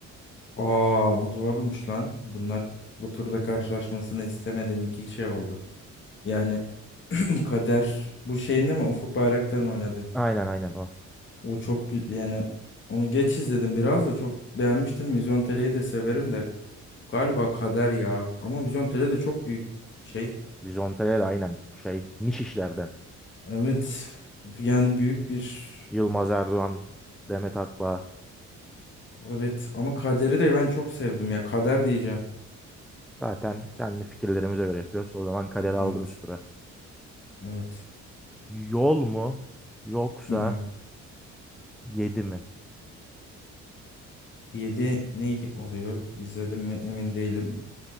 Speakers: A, on the left (about 40°); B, in the centre.
A: Aa bu doğruymuş lan. Bunlar bu turda karşılaşmasını istemediğim iki şey oldu. Yani <clears throat> Kader bu şeyinde mi Ufuk Bayraktar'ın oynadı.
B: Aynen aynen o.
A: O çok gü- yani onu geç izledim biraz da çok beğenmiştim. Vizyon Tele'yi de severim de galiba Kader ya. Ama Vizyon Tele de çok büyük şey.
B: Vizontele de aynen şey niş işlerden.
A: Evet. Yani büyük bir
B: Yılmaz Erdoğan, Demet Akbağ.
A: Evet ama Kader'i de ben çok sevdim ya. Kader diyeceğim.
B: Zaten kendi fikirlerimize göre yapıyoruz. O zaman Kader'i aldım
A: Evet.
B: üstüne.
A: Evet.
B: Yol mu yoksa
A: Hı hı.
B: 7 mi?
A: 7 ne oluyor? İzledim mi emin değilim.